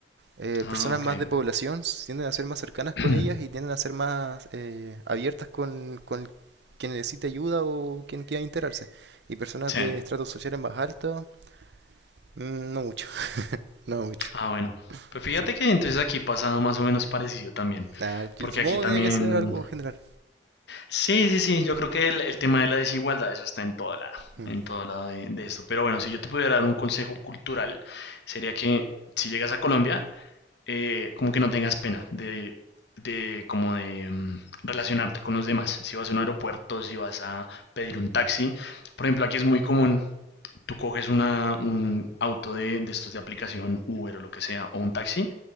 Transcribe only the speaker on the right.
Eh,
personas
más de población tienden a ser más cercanas
con
ellas y tienden a ser más eh, abiertas con, con quien necesita ayuda o quien quiera enterarse. Y personas
de estratos sociales más altos Mm, No mucho, <laughs> no mucho.
Sí.
Nah,
yo supongo
que tiene que ser algo general.
Mm.